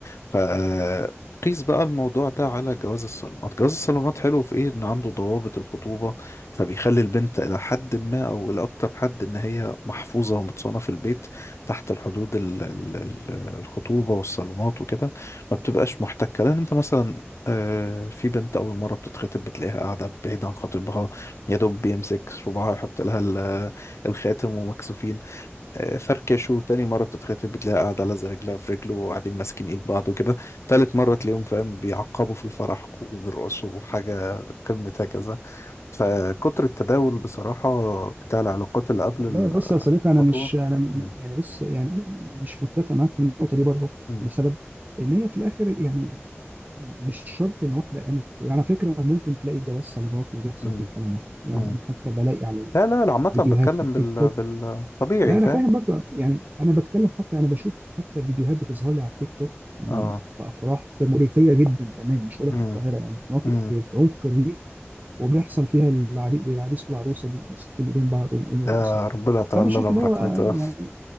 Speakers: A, on the left; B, on the right.
A: فقيس بقى الموضوع ده على جواز الصالونات جواز الصالونات حلو في ايه ان عنده ضوابط الخطوبة فبيخلي البنت الى حد ما او الى اكتر حد ان هي محفوظة ومتصانة في البيت تحت الحدود ال ال ال الخطوبة والصالونات وكده ما بتبقاش محتكة لان انت مثلا آه، في بنت أول مرة بتتخطب بتلاقيها قاعدة بعيد عن خطيبها يا دوب بيمسك صباعها يحط لها ال- الخاتم ومكسوفين آه، فركش وتاني مرة بتتخطب بتلاقيها قاعدة لازقة رجلها في رجله وقاعدين ماسكين ايد بعض وكده تالت مرة تلاقيهم فاهم بيعقبوا في الفرح وبيرقصوا حاجة قمة هكذا فكتر التداول بصراحة بتاع العلاقات اللي قبل
B: والله بص يا صديقي انا
A: الخطوبة
B: مش انا م-
A: مم.
B: يعني بص يعني انا مش متفق معاك في النقطه دي برضه
A: مم.
B: لسبب ان هي في الاخر يعني مش شرط ان واحده قامت يعني على فكره ممكن تلاقي جواز صالونات وبيحصل
A: مم.
B: فيه الكلام ده يعني
A: مم.
B: انا حتى بلاقي على
A: لا لا لا، عامة
B: الفيديوهات
A: بتكلم
B: في التيك
A: بال
B: توك
A: بالطبيعي
B: لا انا
A: فاهم
B: فاهم برضو يعني انا بتكلم حتى انا بشوف حتى فيديوهات بتظهر لي على التيك توك من
A: اه
B: في افراح في ريفيه جدا كمان مش هقول
A: مم.
B: لك القاهره يعني في مناطق
A: مم.
B: في, في عمق الريف وبيحصل فيها العريس والعريس والعروسه بي- ماسكين ايدين بعض ويقوموا
A: آه
B: يرقصوا
A: ربنا يتولانا
B: فانا شايف
A: برحمته
B: اللي هو آه، يعني